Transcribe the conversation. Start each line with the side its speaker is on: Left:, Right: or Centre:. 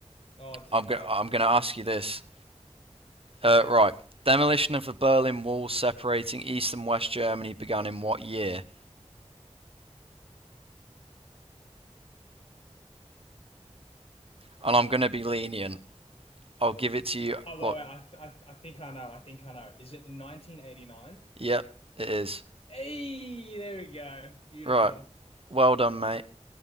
Left: Oh dear
Right: I'm gonna
Left: God.
Right: I'm gonna ask you this Uh, right. Demolition of the Berlin Wall separating East and West Germany began in what year? And I'm going to be lenient. I'll give it to you.
Left: Oh wait,
Right: Look,
Left: wait. I th I th- I think I know. I think I know. Is it 1989?
Right: yep, it is.
Left: Hey, there we go. Beautiful.
Right: Right. Well done, mate.